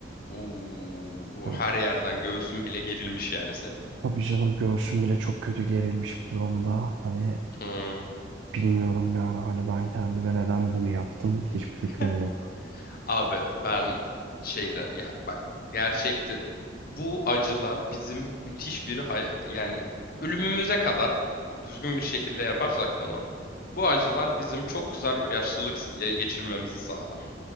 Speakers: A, on the left (about 50°); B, on the right (about 75°).
A: Oo,
B: Hani
A: her yerden göğsün bile gerilmiş yani senin.
B: Tabii canım göğsüm bile çok kötü gerilmiş bir durumda. Hani
A: Hmm.
B: bilmiyorum yani hani ben kendime neden bunu yaptım hiçbir fikrim
A: <laughs>
B: yok.
A: Abi ben şeyden ya bak gerçektir. Bu acılar bizim müthiş bir hay- yani ölümümüze kadar düzgün bir şekilde yaparsak bunu bu acılar bizim çok güzel bir yaşlılık s- ya- geçirmemizi sağlar.